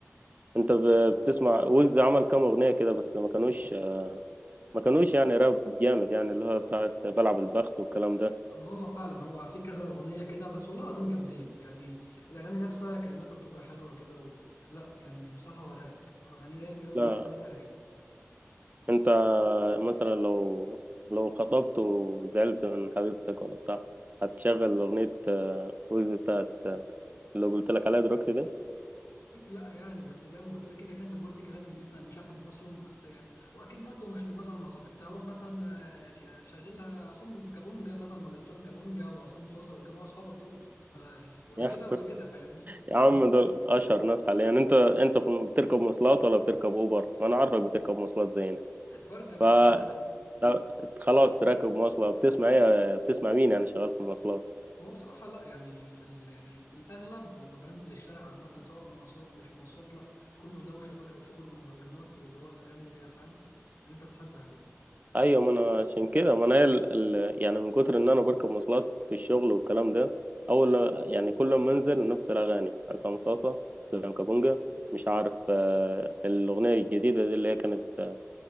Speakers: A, on the right (about 35°); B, on the left (about 80°).
A: انت ب... بتسمع ويجز عمل كام اغنيه كده بس ما كانوش ما كانوش يعني راب جامد يعني اللي هو بتاعت بلعب البخت والكلام ده
B: اما هو فعلا هو في كذا اغنيه كده بس والله العظيم جامدين يعني الاغاني نفسها كلماتها بتبقى حلوه كده و... لا يعني بصراحه هو رايق اغاني رايقه وكلماتها
A: لا
B: رايقه
A: انت مثلا لو لو خطبت وزعلت من حبيبتك ولا بتاع هتشغل اغنية آه، ويجز بتاعت اللي قلت لك عليها دلوقتي دي
B: اكيد لا يعني بس زي ما قلت لك كده كان انت بقول في كلام انجليزي انا مش هفهمه اصلا بس يعني واكيد برضه مش لما اصعد مع خطيبتي هروح مثلا آه، يعني شغل لها عصام كابونجا مثلا ولا اسلام كابونجا وعصام صوصه والجماعه اصحابك دول آه، ولا
A: يا
B: كده ولا كده فاهمني
A: يا عم دول اشهر ناس حاليا يعني انت انت في- بتركب مواصلات ولا بتركب اوبر ما انا عارفك بتركب مواصلات زينا
B: بركب
A: ف
B: يا عم عادي
A: طب خلاص راكب مواصلة بتسمع ايه بتسمع مين يعني شغال في المواصلات
B: هو بصراحة لا يعني في ال... يعني الأغلب لما بنزل الشارع عامة سواء مواصلات مش مواصلات لا كله دوشة بقى وشغل مهرجانات واللي هو الأغاني اللي هي فاهم اللي أنت بتحبها دي
A: ايوه ما انا عشان كده ما انا هي ال... ال... يعني من كتر ان انا بركب مواصلات في الشغل والكلام ده اول يعني كل ما انزل نفس الاغاني عصام صاصه اسلام كابونجا مش عارف آه، الاغنيه الجديده دي اللي هي كانت آه،